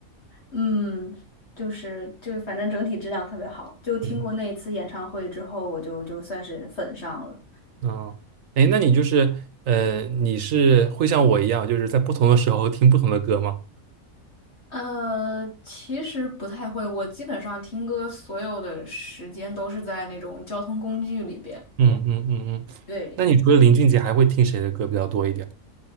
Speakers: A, on the left; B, on the right.
A: 嗯，就是就是反正整体质量特别好，就听过那一次演唱会之后，
B: 嗯。
A: 我就就算是粉上了。
B: 嗯，哎，那你就是，呃，你是会像我一样，就是在不同的时候听不同的歌吗？
A: 呃，其实不太会，我基本上听歌所有的时间都是在那种交通工具里边。
B: 嗯嗯嗯嗯。
A: 对，
B: 那你除了林俊杰，还会听谁的歌比较多一点？